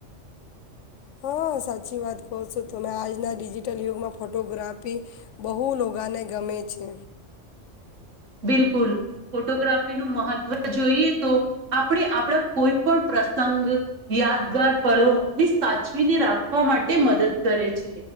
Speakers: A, on the left (about 75°); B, on the right (about 80°).
A: હા સાચી વાત કહો છો તમે આજના ડિજિટલ યુગમાં ફોટોગ્રાફી બહુ લોગાને ગમે છે.
B: બિલકુલ ફોટોગ્રાફીનું મહત્ત્વ જોઈએ તો આપણે આપણા કોઈ પણ પ્રસંગ યાદગાર પળો ને સાચવીને રાખવા માટે મદદ કરે છે.